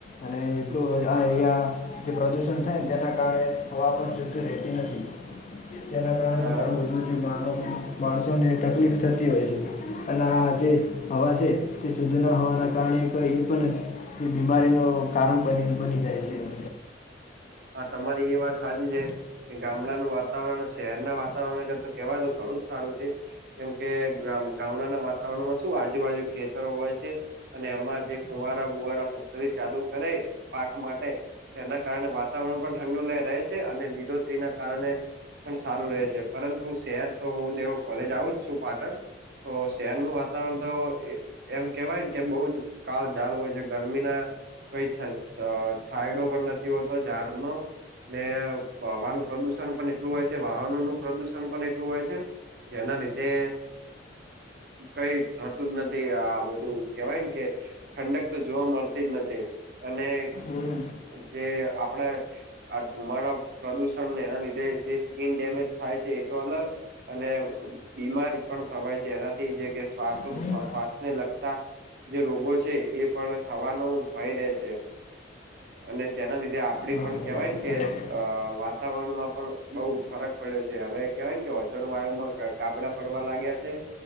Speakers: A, on the left; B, on the right.
A: અને
B: હમ
A: એલું આ એરિયા જે પ્રદૂષણ થાય ને તેના કારણે હવા પણ જૂતી રહેતી નથી. તેના કારણે
B: હા.
A: પણ <unintelligible> મા માણસોને તકલીફ થતી હોય છે અને આ જે હવા છે તે શુદ્ધ ના હોવાના કારણે એ પણ બીમારી ન કારણ બને બની જાય છે <unintelligible>
B: હા તમારી એ વાત સાચી છે કે ગામડાનું વાતાવરણ શહેરના વાતાવરણ કરતા કેહેવાય તો ઘણું જ સારું છે કેમ કે ગામડાના વાતાવરણમાં શું આજુબાજુ ખેતરો હોય છે અને એમાં જે ફુવારા બુવારા પદ્ધતિ ચાલુ કરે પાક માટે એના કારણે વાત વાતાવરણ પણ ઠંડુ રહે છે અને લીલોત્રીના કારણે પણ સારું રહે છે પરંતુ શહેર તો હું દેવ કોલેજ આવું જ છું પાટણ તો શહેરનું વાતાવરણ તો એમ કેવાય ને જે બઉ જ કાળઝાળ હોય છે ગરમીના કઈ છાયડો પણ નથી હોતો ઝાડનો ને હવાનું પ્રદુષણ પણ એટલું હોય છે વાહનો નું પ્રદુષણ પણ એટલું હોય છે જેના લીધે કઈ થતું જ નથી આ બધું કેવાય ને કે ઠંડક તો જોવા મળતી જ નથી અને
A: હમ.
B: જે આપડા આ ધુમાડા પ્રદુષણને એના લીધે જે સ્કીિન ડેમેજ થાય છે એ તો અલગ અને બીમારી પણ થવાય છે એનાથી જે કે શ્વાસ
A: હમ
B: શ્વાસને લગતા જે રોગો છે એ પણ થવાનો ભય રહે છે અને તેના લીધે આપડી
A: હા
B: પણ
A: હા
B: કેહેવાય
A: એ તો
B: ને કે
A: થાય જ.
B: વાતાવરણમાં પણ બહુ ફરક પડ્યો છે હવે કેવાયને કે <unintelligible> વાયુ માં ગાબડા પડવા લાગ્યા છે.